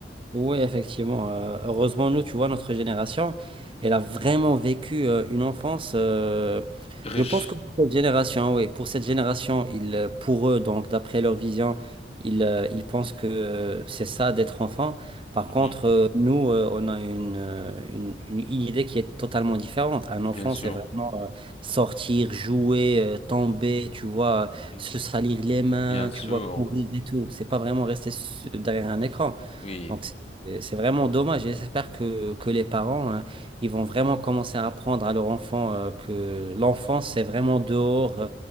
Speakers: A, on the right; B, on the left.
A: Oui, effectivement. euh, heureusement, nous, tu vois, notre génération, elle a vraiment vécu euh, une enfance. euh,
B: Riche.
A: je pense que pour cette génération, oui, pour cette génération, ils, euh, pour eux, donc d'après leur vision, ils, euh, ils pensent que euh, c'est ça d'être enfant. Par
B: Mhm.
A: contre, euh, nous, euh, on a une, euh, une, une- une idée qui est totalement différente. Un
B: Bien
A: enfant,
B: sûr.
A: c'est vraiment euh, sortir, jouer, euh, tomber, tu vois,
B: Mhm.
A: se salir les mains,
B: Bien sûr.
A: tu vois, courir et tout. C'est pas vraiment rester s- derrière un écran.
B: Oui.
A: Donc, et C'est vraiment dommage. et J'espère que, que les parents, hein, ils vont vraiment commencer à apprendre à leur enfant euh, que
B: Mhm.
A: l'enfance, c'est vraiment dehors, euh,